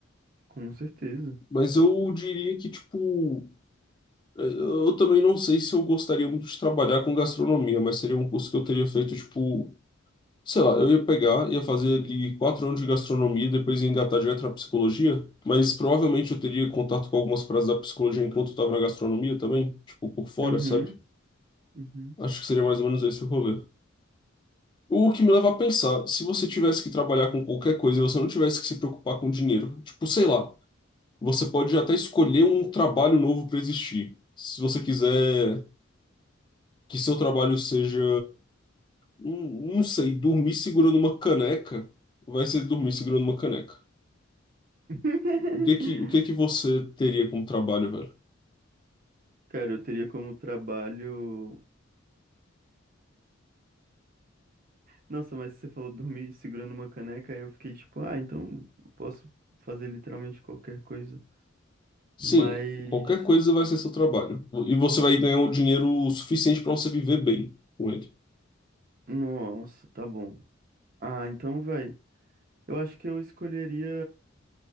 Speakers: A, on the right (about 45°); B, on the left (about 25°).
A: Com certeza.
B: Mas eu diria que, tipo, é, eu também não sei se eu gostaria muito de trabalhar com gastronomia, mas seria um curso que eu teria feito, tipo. Sei lá, eu ia pegar, ia fazer ali quatro anos de gastronomia, depois ia engatar direto na psicologia, mas provavelmente eu teria contato com algumas praças da psicologia enquanto eu tava na gastronomia também, tipo, por fora,
A: Uhum,
B: sabe?
A: uhum.
B: Acho que seria mais ou menos esse o rolê. O que me leva a pensar, se você tivesse que trabalhar com qualquer coisa e você não tivesse que se preocupar com dinheiro, tipo, sei lá, você pode até escolher um trabalho novo para existir. Se você quiser que seu trabalho seja, hum, não sei, dormir segurando uma caneca, vai ser dormir segurando uma caneca.
A: <laughs>
B: O que que, o que que você teria como trabalho, velho?
A: Cara, eu teria como trabalho. Nossa, mas você falou dormir segurando uma caneca, aí eu fiquei tipo, ah, então posso fazer literalmente qualquer coisa.
B: Sim,
A: Mas,
B: qualquer coisa vai ser seu trabalho. E você vai ganhar um dinheiro suficiente para você viver bem com ele.
A: nossa, tá bom. Ah, então vai. Eu acho que eu escolheria.